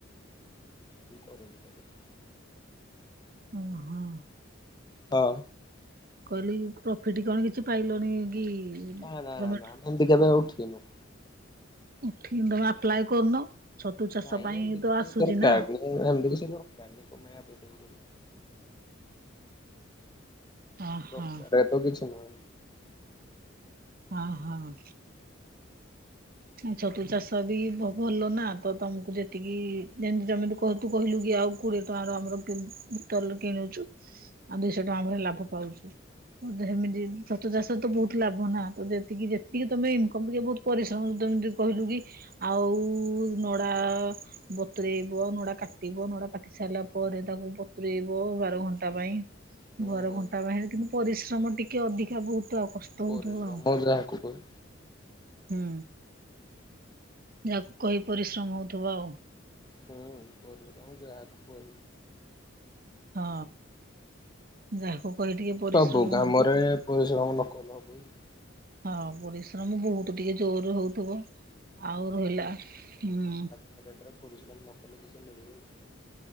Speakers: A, on the left (about 20°); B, on the right (about 45°).
A: <inaudible>
B: ଓ ହଁ।
A: ହଁ।
B: କହିଲି ପ୍ରଫିଟ କଣ କିଛି ପାଇଲଣି କି?
A: ହ ନା
B: ଗଭର୍ଣ୍ଣମେଣ୍ଟ
A: ନା ନା ସେମତି କେବେ ଉଠିନୁ।
B: ଉଠିନି ତମେ ଆପ୍ଲାଏ କରୁନ ଛତୁ ଚାଷ
A: ନାଇଁ
B: ପାଇଁ
A: ଏମିତି କିଛି
B: ତ ଆସୁଚି
A: ଦରକାର
B: ନା।
A: ଏମିତି ବି ସେ <unintelligible>
B: ଓହୋ
A: ଦରକାର ତ କିଛି ନୁହେଁ।
B: ହଁ ହଁ। ଛତୁ ଚାଷ ବି ଭ ଭଲ ନା ତ ତମକୁ ଯେତିକି ଯେମତି ତମେ ଏଠି କରୁ ତୁ କହିଲୁ କି ଆଉ କୋଡିଏ ଟଙ୍କାର ଆମର କିଣି ଦୋକାନରୁ କିଣୁଛୁ। ଆଉ ଦୁଇଶହ ଟଙ୍କା ଭଳି ଲାଭ ପାଉଛୁ। ସେମିତି ଛତୁ ଚାଷରେ ତ ବହୁତ ଲାଭ ନା ତ ଯେତିକି ଯେତିକି ତମେ ଇନକମ କରିବ ବହୁତ ପରିଶ୍ ତ ତମେ ଯେମିତି କହିଲୁ କି ଆଉ ନଡା ବତୁରେଇବ ନଡା କାଟିବ ନଡା କାଟି ସାରିଲା ପରେ ତାକୁ ବତୁରେଇବ ବାର ଘଣ୍ଟା ପାଇଁ।
A: ହୁଁ
B: ବାର
A: ହୁଁ।
B: ଘଣ୍ଟା ବାହରେ କିନ୍ତୁ ପରିଶ୍ରମ ଟିକେ ଅଧିକା ବହୁତ ଆଉ କଷ୍ଟ। ହଉଥିବ
A: ପରିଶ୍ରମ
B: ଆଉ
A: ଅଲଗା କୁଦେ।
B: ହୁଁ। ଯାହାକୁ କହି ପରିଶ୍ରମ ହଉଥିବ ଆଉ।
A: ହୁଁ ପରିଶ୍ରମ ଯାହାକୁ କିହିବୁ।
B: ହଁ, ଯାହାକୁ କହି ଟିକେ ପରିଶ୍ରମ
A: ସବୁ କାମରେ
B: ହଉଥିବ
A: ପରିଶ୍ରମ ନ କଲେ ହବ କି।
B: ହଁ ପରିଶ୍ରମ ବହୁତ ଟିକେ ଜୋର ହୋଉଥିବ, ଆଉ ରହିଲା ହୁଁ
A: ସେଥିରେ ପରିଶଶ୍ରମ ନକଲେ କିଛି ମିଳିବନି।